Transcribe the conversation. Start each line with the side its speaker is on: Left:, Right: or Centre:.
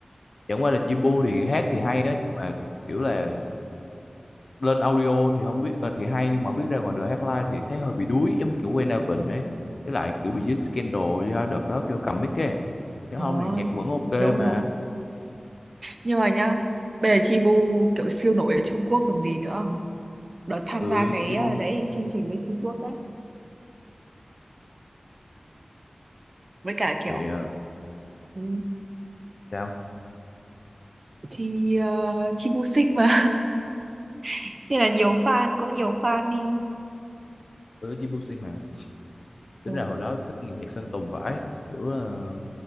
Left: chẳng qua là Chibu thì hát thì hay đó nhưng mà kiểu là lên audio thì không biết ờ, thì hay nhưng mà không biết ra ngoài đời hát live thì thấy hơi bị đuối giống kiểu Wayne Alvin ấy với lại kiểu bị dính scandal do đợt đó kêu cầm mic ấy chứ
Right: Ờ
Left: không thì nhạc vẫn ok
Right: đúng
Left: mà
Right: đúng Nhưng mà nhá Bây giờ Chibu kiểu siêu nổi ở Trung Quốc còn gì nữa đợt tham
Left: ừ
Right: gia cái
Left: Chibu
Right: ờ, đấy chương trình bên Trung Quốc đấy với cả kiểu
Left: thì ờ,
Right: ừ,
Left: sao
Right: thì uh, chi vô sinh mà <laughs> nên là nhiều fan cũng nhiều fan đi
Left: ừ Chibu xin mà tính
Right: ừ.
Left: ra hồi đó thích nghe nhạc Sơn Tùng vãi kiểu là